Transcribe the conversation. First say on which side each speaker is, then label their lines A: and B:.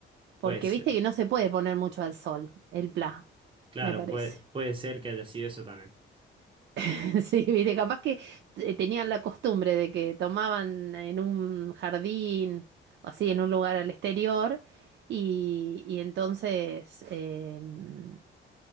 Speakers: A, on the right; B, on the right.
A: porque
B: Puede ser,
A: viste que no se puede poner mucho al sol, el pla,
B: claro,
A: me parece.
B: puede, puede ser que haya sido eso también.
A: <laughs> Sí, viste, capaz que eh, tenían la costumbre de que tomaban en un jardín o así, en un lugar al exterior, y, y entonces, em,